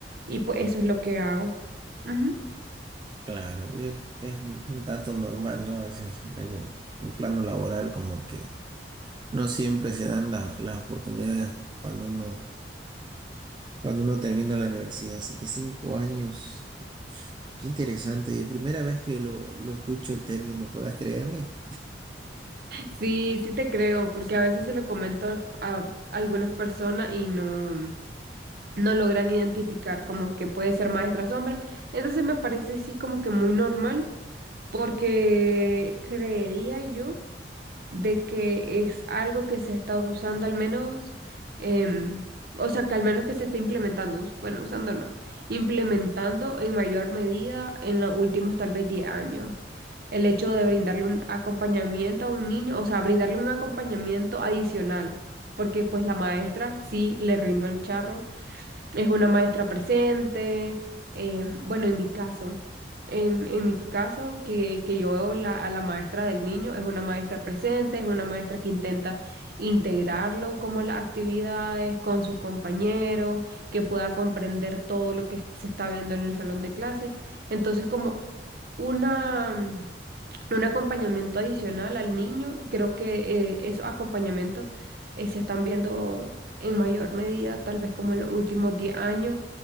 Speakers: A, on the right; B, on the right.
A: y pues
B: eh,
A: eso es lo que hago. Ujú.
B: claro, es, es un tanto normal, ¿no? A veces en el en el plano laboral como que no siempre se dan la- las oportunidades cuando uno, cuando uno termina la universidad. Así que cinco años. Qué interesante, primera vez que lo, lo escucho el término, ¿podrás creerme?
A: Sí, sí te creo, porque a veces se lo comento a a algunas personas y no. no logran identificar como que puede ser maestra sombra. Entonces me parece sí como que muy normal, porque creería yo de que es algo que se ha estado usando al menos, em, o sea, que al menos que se está implementando, us- bueno, usando no, implementando en mayor medida en los últimos tal vez 10 años. El hecho de brindarle un acompañamiento a un niño, o sea, brindarle un acompañamiento adicional, porque pues la maestra sí le rindó el charro es una maestra presente. eh, bueno, en mi caso, en, en mi caso, que, que yo veo la- a la maestra del niño, es una maestra presente, es una maestra que intenta integrarlo como a las actividades con sus compañeros, que pueda comprender todo lo que se está viendo en el salón de clases. Entonces, como una un acompañamiento adicional al niño. Creo que eh, esos acompañamientos eh, se están viendo en mayor medida, tal vez como en los últimos 10 años,